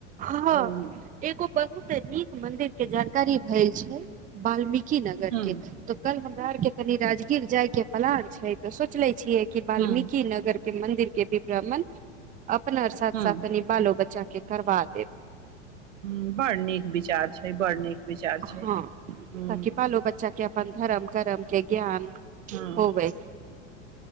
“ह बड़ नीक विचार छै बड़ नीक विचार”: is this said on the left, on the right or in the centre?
Right